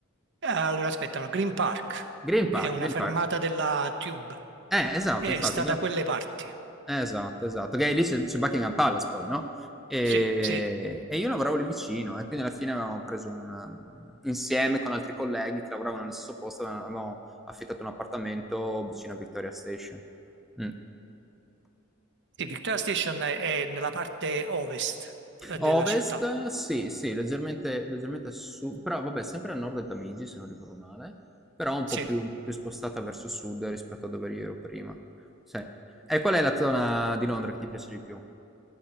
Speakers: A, on the right; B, in the centre.
A: Eh, Allora, aspetta, no, Green Park
B: Green
A: è
B: Park,
A: una
B: Green
A: fermata
B: Park.
A: della Tube,
B: Eh, esatto,
A: e
B: infatti
A: sta da quelle parti.
B: Eh, Esatto, esatto, perché lì c'è c'è Buckingham Palace poi, no, ehm,
A: Sì, sì,
B: e io lavoravo lì vicino e quindi alla fine avevamo preso un mhmm, insieme con altri colleghi che lavoravano nello stesso posto, aveva avevamo affittato un appartamento vicino a Victoria Station. Mh.
A: sì, Victoria Station è è nella parte ovest eh,
B: Ovest,
A: della città.
B: sì, sì, leggermente leggermente a su però vabbè sempre a nord del Tamigi, se non ricordo male, però un
A: Sì,
B: po' più un po' più spostata verso sud rispetto a dove io ero prima. Sì. E qual è la zona di Londra che ti piace di più?